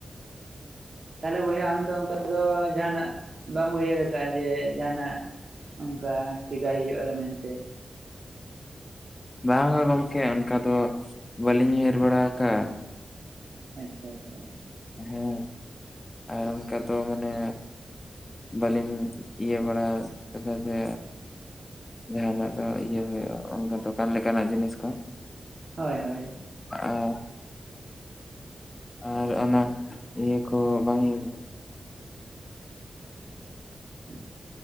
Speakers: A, on the right; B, on the left.
A: ᱛᱟᱦᱚᱞᱮ ᱵᱚᱭᱦᱟ ᱟᱢ ᱫᱚ ᱚᱱᱠᱟ ᱫᱚ ᱡᱟᱦᱟᱱᱟᱜ ᱵᱟᱢ ᱩᱭᱦᱟᱹᱨ ᱟᱠᱟᱟᱜᱼᱟ ᱡᱮ ᱡᱟᱦᱟᱱᱟᱜᱼᱼ ᱚᱱᱠᱟ ᱪᱮᱠᱟᱭ ᱦᱩᱭᱩᱜ-ᱟ ᱢᱮᱱᱛᱮ᱾
B: ᱵᱟᱝᱟ ᱜᱚᱢᱠᱮ ᱚᱱᱠᱟ ᱫᱚ ᱵᱟᱹᱞᱤᱧ ᱩᱭᱦᱟᱹᱨ ᱵᱟᱲᱟ ᱟᱠᱟᱜ᱾
A: ᱟᱪᱪᱷᱟ ᱟᱪᱪᱷᱟ᱾
B: ᱦᱮᱸ ᱟᱨ ᱚᱱᱠᱟ ᱫᱟ ᱢᱟᱱᱮᱼᱼ ᱵᱟᱹᱞᱤᱧ ᱤᱭᱟᱹ ᱵᱟᱲᱟ ᱠᱟᱫᱟ ᱡᱮᱼᱼ ᱡᱟᱦᱟᱱᱟᱜ ᱫᱚ ᱤᱭᱟᱹ ᱦᱩᱭᱩᱜᱼᱟ ᱚᱱᱠᱟ ᱫᱚᱠᱟᱱ ᱞᱮᱠᱟᱱᱟᱜ ᱡᱤᱱᱤᱥ ᱠᱚᱼᱼ
A: ᱦᱳᱭ ᱦᱳᱭ᱾
B: ᱟᱨ ᱟᱨ ᱚᱱᱟᱼᱼ ᱤᱭᱟᱹ ᱠᱚ ᱵᱟᱝ ᱤᱭᱟᱹ
A: <inaudible>